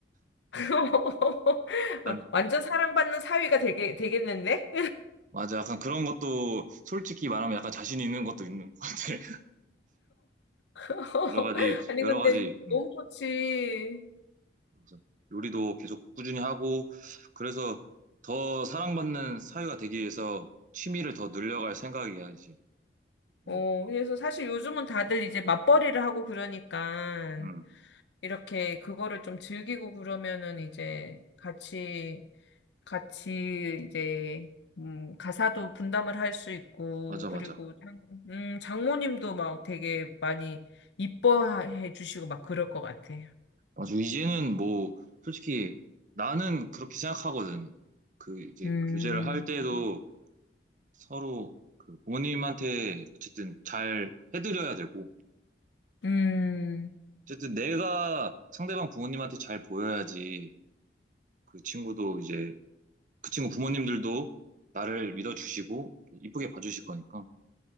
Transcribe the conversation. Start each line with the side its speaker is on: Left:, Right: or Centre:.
Left: <laughs>
Right: 난,
Left: 완전 사랑받는 사위가 되게, 되겠는데?
Right: 맞아. 약간 그런 것도 솔직히 말하면 약간 자신 있는 것도 있는 것 같아. <laughs>
Left: <laughs>
Right: 여러 가지,
Left: 아니,
Right: 여러
Left: 근데
Right: 가지. 음.
Left: 너무 좋지.
Right: 그래서 요리도 계속 꾸준히 하고 그래서 더 사랑받는 사회가 되기 위해서 취미를 더 늘려갈 생각이야 이제.
Left: 어,
Right: 음,
Left: 그래서 사실 요즘은 다들 이제 맞벌이를 하고 그러니까.
Right: 음,
Left: 이렇게 그거를 좀 즐기고 그러면은 이제 같이 같이 이제 음, 가사도 분담을 할 수 있고
Right: 맞아
Left: 그리고
Right: 맞아.
Left: 장, 음, 장모님도 막 되게 많이 이뻐해 주시고 막 그럴 것 같아.
Right: 맞아 이제는 뭐 솔직히 나는 그렇게 생각하거든. 그 이제
Left: 음.
Right: 교제를 할 때도 서로 그 부모님한테 어쨌든 잘 해드려야 되고
Left: 음.
Right: 어쨌든 내가 상대방 부모님한테 잘 보여야지 그 친구도 이제 그 친구 부모님들도 나를 믿어주시고 이쁘게 봐주실 거니까.